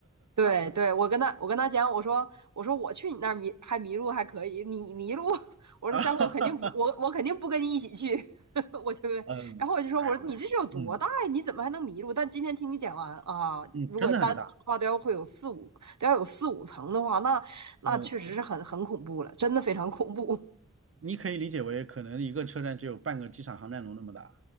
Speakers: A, on the right; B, on the right.
A: 对对，我跟他我跟他讲，我说我说我去你那儿迷还迷路还可以，你迷路，<laughs> 我说下回我肯定不我我肯定不跟你一起去，
B: <laughs> 嗯啊，
A: <laughs> 我就然后我就说我说你这是有多大呀？
B: <laughs> 嗯，哎呀，嗯
A: 你怎么还能迷路？但今天听你讲完啊，
B: 嗯，
A: 如果单层的话都要会有四五都要有四五层的话，
B: 真的很大，
A: 那那确实是很很恐怖了，
B: 嗯，
A: 真的非常恐怖，
B: 你可以理解为可能一个车站只有半个机场航站楼那么大。